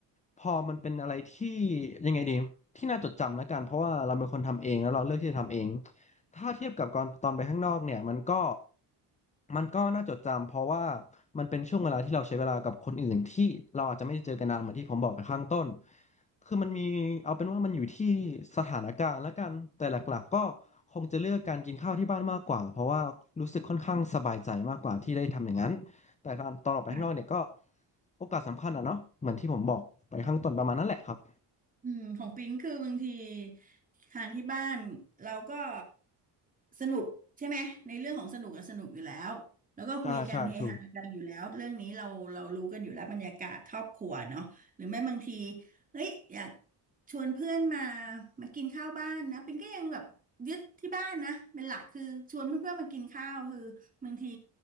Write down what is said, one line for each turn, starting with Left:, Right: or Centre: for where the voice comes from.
Left: พอมันเป็นอะไรที่ยังไงดีที่น่าจดจำแล้วกันเพราะว่าเราเป็นคนทำเองแล้วเราเลือกที่จะทำเอง ถ้าเทียบกับก่อนตอนไปข้างนอกเนี่ยมันก็มันก็น่าจดจำเพราะว่ามันเป็นช่วงเวลาที่เราใช้เวลากับคนอื่นที่เราอาจจะไม่ได้เจอกันนานเหมือนที่ผมบอกไปข้างต้นคือมันมีเอาเป็นว่ามันอยู่ที่สถานการณ์ละกันแต่หลักๆก็คงจะเลือกการกินข้าวที่บ้านมากกว่าเพราะว่ารู้สึกค่อนข้างสบายใจมากกว่าที่ได้ทำอย่างนั้นแต่ตอนตอนออกไปข้างนอกเนี่ยก็
Right: ค่ะ
Left: โอกาสสำคัญอ่ะเนาะเหมือนที่ผมบอกไปข้างต้นประมาณนั้นแหละครับ
Right: อืมของปิงคือบางทีทานที่บ้านเราก็สนุกใช่ไหมในเรื่องของสนุกอะสนุกอยู่แล้วแล้วก็คุยกันเฮฮากันอยู่แล้วเรื่องนี้เราเรารู้กันอยู่แล้วบรรยากาศครอบครัวเนาะหรือไม่บางที
Left: ใช่ใช่ถูก
Right: เฮ้ยอยากชวนเพื่อนมามากินข้าวบ้านนะปิงก็ยังแบบยึดที่บ้านนะเป็นหลักคือชวนเพื่อนๆมากินข้าวคือบางที